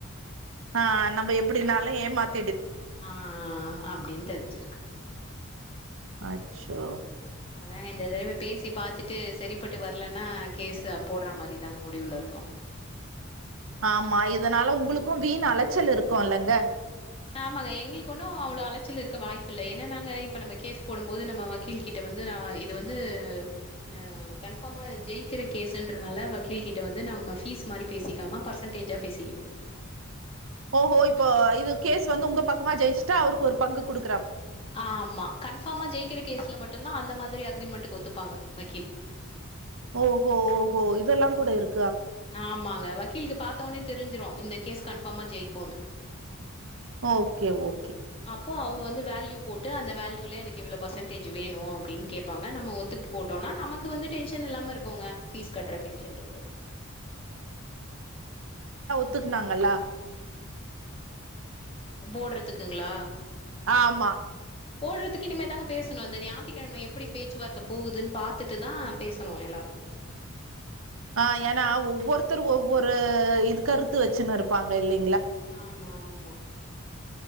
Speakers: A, on the right; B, on the left.
A: ஆ நம்ம எப்புடின்னாலு ஏமாத்
B: ஆ அப்டின்னு தெரிஞ்சிருக்கு
A: அச்சோ
B: அதாங்க இந்த தடவ பேசி பாத்துட்டு சரிப்பட்டு வரலன்னா கேஸ்ஸ போட்ற மாரிதாங்க முடிவுல இருக்கோம்
A: ஆமா இதனால உங்குளுக்கும் வீண் அலைச்சல் இருக்குல்லங்க
B: ஆமாங்க எங்களுக்கு ஒன்னும் அவ்வளவு அலச்சல் இருக்க வாய்ப்பு இல்ல ஏன்னா நாங்க இப்ப நம்ம கேஸ் போடும் போது நம்ம வக்கீல் கிட்ட வந்து ஆ இது வந்து நெ கன்ஃபார்மா ஜெயிக்கிற கேஸ்ன்றனால வக்கீல் கிட்ட வந்து நம்ம ஃபீஸ் மாரி பேசிக்காம பர்சன்டேஜா பேசிக்கிணு
A: ஓஹோ இப்போ இது கேஸ் வந்து உங்க பக்கமா ஜெயிச்சுட்டா அவருக்கு ஒரு பங்கு குடுக்
B: ஆமா கன்ஃபார்மா ஜெயிக்கிற கேஸ்ல மட்டுந்தா அந்த மாத் திரி அக்ரிமெண்ட்டுக்கு ஒத்துப்பாங்க வக்கீல்
A: ஓஹோ ஓஹோ இதெல்லா கூட இருக்
B: ஆமாங்க வக்கீலுக்கு பாத்த ஒன்னே தெரிஞ்சிரு இந்த கேஸ் கன்ஃபார்மா ஜெயிக்குன்னு
A: ஓகே ஓ
B: அப்போ அவங்க வந்து வேல்யூ போட் ட்டு அந்த வால்யூலே எனக்கு இவ்ளோ ஃபர்சன்டேஜ் வேணு அப்புடீனு கேப்பாங்க, நம்ம ஒத்துக்டு போட்டோன்னா, நமக்கு வந்து டென்சன் இல்லாம இருக்கூங்க ஃபீஸ் கட்ற டென்சன்ட்ருக்காது
A: த்துக்னாங்களா
B: போ போட்றதுக்குங்களா
A: ஆமா
B: போட்றதுக்கு இனிமே தாங்க பேசணு இந்த ஞாயித்திக்கிழம, எப்புடி பேச்சுவார்த்த போகுதுன்னு பாத்துட்டுதா பேசணும் எல்லாரும்
A: ஆ ஏன்னா ஒவ்வொருத்தரு ஒவ்வொரு இது கருத்து வெச்சுன்னு இருப்பாங்க இல்லை
B: ஆமா ஆம் மா